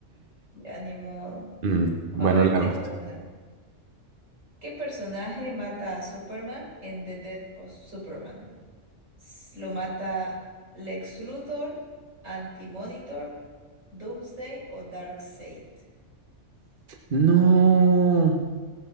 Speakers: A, on the right (about 85°); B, on the right (about 45°).
A: ya ni modo.
B: Mm, bueno,
A: A ver,
B: la
A: tengo
B: verdad.
A: una. ¿Qué personaje mata a Superman en The Death of Superman? S- Lo mata Lex Luthor, Anti-Monitor, Doomsday o Darkseid.
B: No,